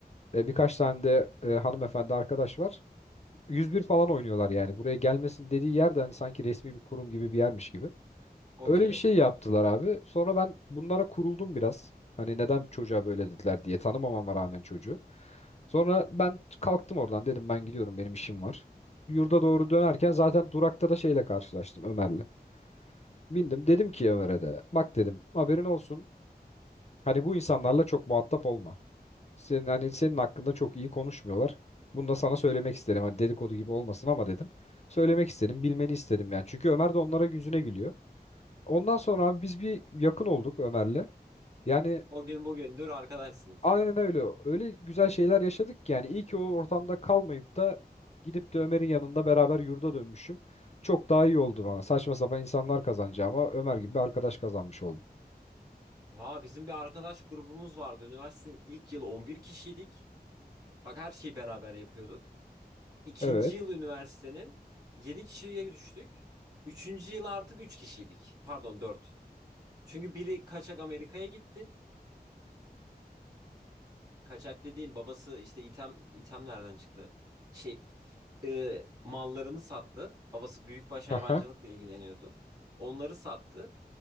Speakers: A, on the left; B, on the right.
A: E, birkaç tane de e, hanımefendi arkadaş var. 101 falan oynuyorlar yani. Buraya gelmesin dediği yerde hani sanki resmi bir kurum gibi bir yermiş gibi.
B: Okey.
A: Öyle bir şey yaptılar abi. Sonra ben bunlara kuruldum biraz. Hani neden çocuğa böyle dediler diye tanımamama rağmen çocuğu. Sonra ben kalktım oradan dedim ben gidiyorum benim işim var. Yurda doğru dönerken zaten durakta da şeyle karşılaştım Ömer'le. Bindim dedim ki Ömer'e de bak dedim haberin olsun. Hani bu insanlarla çok muhatap olma. Senin hani senin hakkında çok iyi konuşmuyorlar. Bunu da sana söylemek istedim. Hani dedikodu gibi olmasın ama dedim. Söylemek istedim, bilmeni istedim yani. Çünkü Ömer de onlara yüzüne gülüyor. Ondan sonra abi biz bir yakın olduk Ömer'le. Yani
B: O gün bugündür arkadaşsınız.
A: aynen öyle. Öyle güzel şeyler yaşadık ki yani iyi ki o ortamda kalmayıp da gidip de Ömer'in yanında beraber yurda dönmüşüm. Çok daha iyi oldu bana. Saçma sapan insanlar kazanacağıma Ömer gibi bir arkadaş kazanmış oldum.
B: Vaa bizim bir arkadaş grubumuz vardı. Üniversitenin ilk yılı 11 kişiydik. Bak her şeyi beraber yapıyorduk. İkinci
A: Evet.
B: yıl üniversitenin 7 kişiye düştük. Üçüncü yıl artık 3 kişiydik. Pardon 4. Çünkü biri kaçak Amerika'ya gitti. Kaçak dediğim babası işte item İtem nereden çıktı? Şey e, mallarını sattı. Babası büyükbaş hayvancılıkla
A: Aha.
B: ilgileniyordu. Onları sattı.